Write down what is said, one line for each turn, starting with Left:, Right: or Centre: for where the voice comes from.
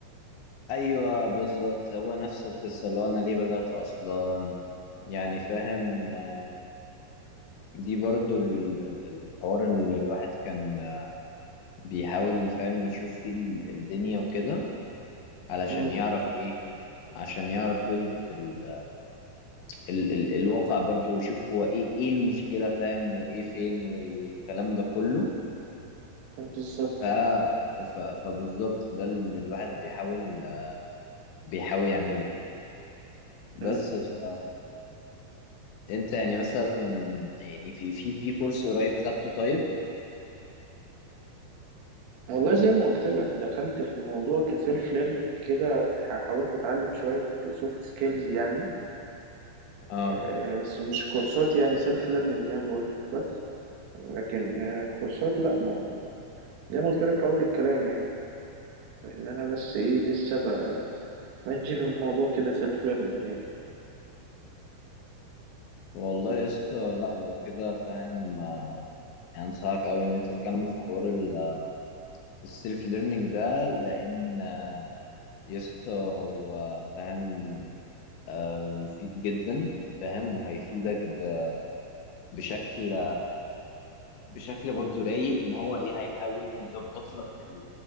Left: ايوه بالظبط هو نفس القصه اللي هو انا ليه بدات اصلا يعني فاهم آه، دي برضو ال- ال- ال- الحوار اللي الواحد كان آه، بيحاول فاهم يشوف فيه ال- الدنيا وكده علشان
Right: امم
Left: يعرف ايه عشان يعرف يظبط ال ال ال الواقع برضو ويشوف هو ايه ايه المشكله فاهم وايه فين وال- والكلام ده كله
Right: بالظبط
Left: ف ف- فبالظبط ده اللي الواحد بيحاول بيحاول يعمله
Right: امم
Left: بس ف انت يعني مثلا يعني في في في كورس قريب خدته طيب
Right: والله زي ما قلت لك دخلت في الموضوع كسيلف ليرنينج كده ح- حاولت اتعلم شويه سوفت سكيلز يعني
Left: اه
Right: آه، بس مش كورسات يعني سيلف ليرنينج زي ما بقول لك بس لكن آه، كورسات لا ما زي ما قلت لك في اول الكلام يعني ان انا بس ايه لسه ب- ماشي في الموضوع كده سيلف ليرنينج يعني
Left: والله يا اسطى لا لو كده فاهم آه، يعني انصحك اوي ان انت تكمل في حوار ال- السيلف ليرنينج ده لان آه، يا اسطى هو فاهم آه، مفيد جدا فاهم وهيفيدك ب- بشكل بشكل برضو رايق ان هو ايه هيحاول يظبط لك ال...